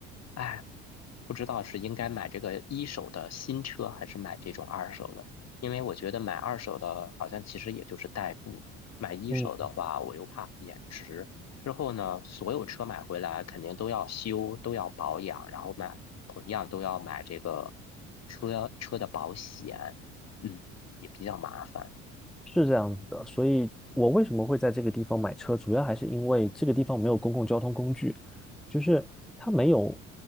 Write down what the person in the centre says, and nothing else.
嗯。
是这样子的，所以我为什么会在这个地方买车，主要还是因为这个地方没有公共交通工具，就是它没有